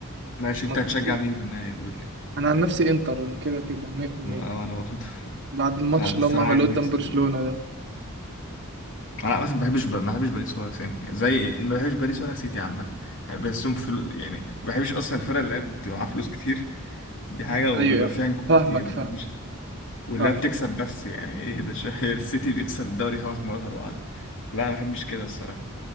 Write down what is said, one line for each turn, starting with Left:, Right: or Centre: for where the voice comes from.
Left: ماشي
Right: منطقي
Left: انت هتشجع مين في النهاية قول لي
Right: انا عن نفسي انتر كده كده 100%
Left: ما- وانا برضه <laughs>
Right: بعد الماتش
Left: لا الصراحة
Right: اللي هم عملوه
Left: عايز تكسب
Right: قدام برشلونة ده
Left: انا مثلا ما بحبش ب... ما بحبش باريس خالص يعني زي ما بحبش باريس ولا سيتي عامه آه، بس هم فلو... يعني ما بحبش اصلا الفرق اللي بتبقى معاها فلوس كتير دي حاجه وبيبقى
Right: ايوه
Left: فيها نجوم
Right: فاهمك
Left: كتير
Right: فاهم
Left: ما بحبش واللي
Right: فاهم
Left: بتكسب بس يعني ايه ده شهير <laughs> السيتي بيكسب الدوري خمس مرات ورا بعض لا ما بحبش كده الصراحه